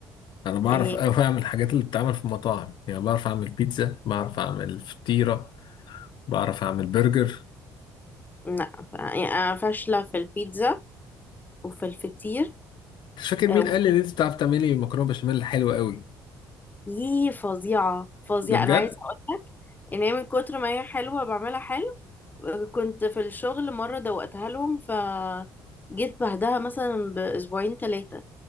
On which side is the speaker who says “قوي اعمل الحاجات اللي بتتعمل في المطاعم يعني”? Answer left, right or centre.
Left